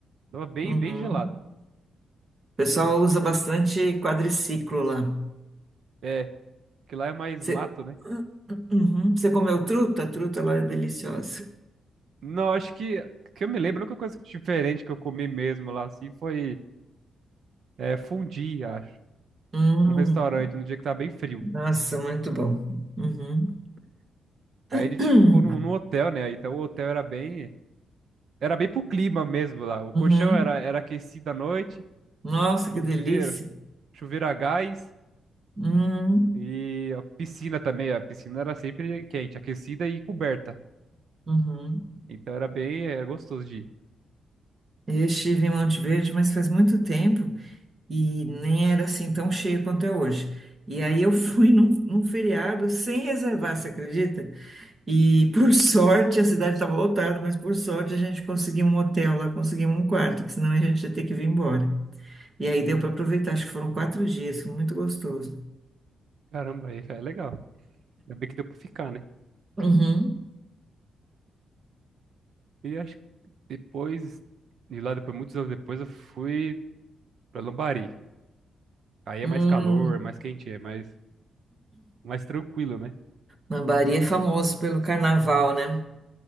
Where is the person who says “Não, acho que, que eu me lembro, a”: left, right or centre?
Right